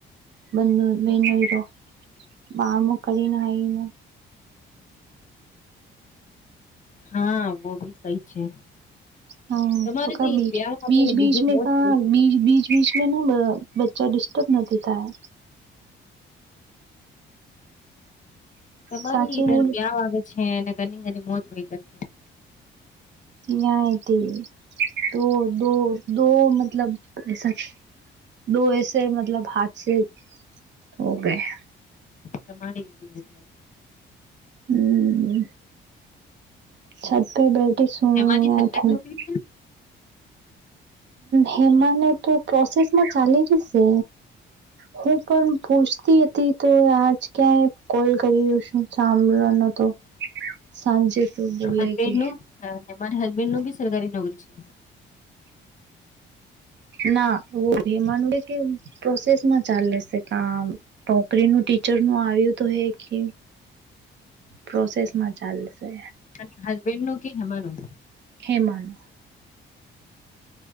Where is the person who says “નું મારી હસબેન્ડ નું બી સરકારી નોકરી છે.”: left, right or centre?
Left